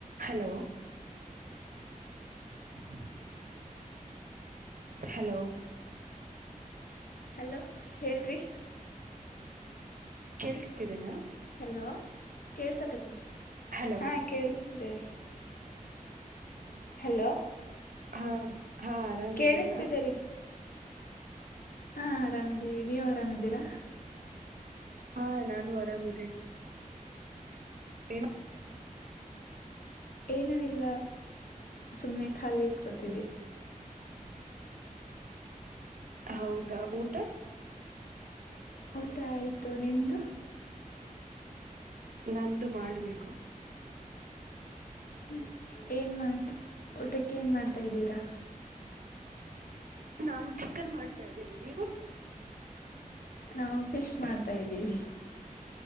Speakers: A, on the right; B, on the left.
A: Hello <inaudible> hello
B: hello ಹೇಳ್ರಿ.
A: ಕೇಳುಸ್ತಿದೇನಾ?
B: Hello ಕೇಳ್ಸಕತ್ತಿತಾ
A: ಹಲೋ
B: ಹಾಂ ಕೇಳುಸ್ ದೆರಿ ಹಲೋ
A: ಹಾಂ ಹಾಂ ಆರಾಮಿದೀರಾ?
B: ಕೇಳಿಸ್ತಿದೆ ರೀ ಹಾಂ ಆರಾಮಿದ್ದೀವಿ ನೀವ್ ಆರಾಮಿದ್ದೀರಾ?
A: ಹಾಂ ನಾನು ಆರಾಮಿದ್ದೀನಿ. ಏನ್
B: ಏನುೂ ಇಲ್ಲ ಸುಮ್ಮ್ನೆ ಖಾಲಿ ಇಕೋತಿದ್ದಿ
A: ಹ ಹೌದಾ ಊಟ
B: ಊಟ ಆಯ್ತು ನಿಮ್ದು
A: ನಂದು ಮಾಡ್ಬೇಕು
B: ್ಮ ಏನ್ ಮಾಡ ಊಟಕ್ಕೆ ಏನ್ ಮಾಡ್ತಾ ಇದ್ದೀರಾ
A: ನಾನ್ ಚಿಕನ್ ಮಾಡ್ತಾ್ದೀಿ ನೀವು
B: ನಾವು ಫಿಶ್ ಮಾಡ್ತಾ ಇದ್ದೀವಿ